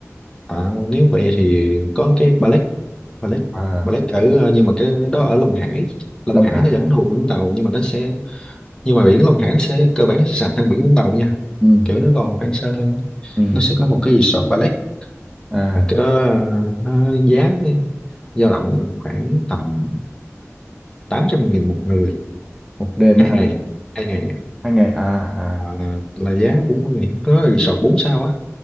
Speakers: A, on the left (about 15°); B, in the centre.
A: à, nếu vậy thì có cái ballet ballet
B: à
A: ballet ở ờ, nhưng mà cái đó ở Long Hải Long
B: Long
A: Hải
B: Hải
A: nó vẫn thuộc Vũng Tàu nhưng mà nó sẽ nhưng mà biển Long Hải nó sẽ cơ bản nó sẽ sạch hơn biển Vũng Tàu nha
B: ừ
A: kiểu nó còn hoang sơ hơn
B: ừ
A: nó sẽ có một cái resort ballet
B: à
A: Mà cái đó ờ, nó giá nó dao động khoảng tầm tám trăm nghìn một người
B: một đêm
A: hai
B: á hả
A: ngày hai ngày
B: hai ngày à à
A: à, là giá cũng có nghĩa- có resort 4 sao á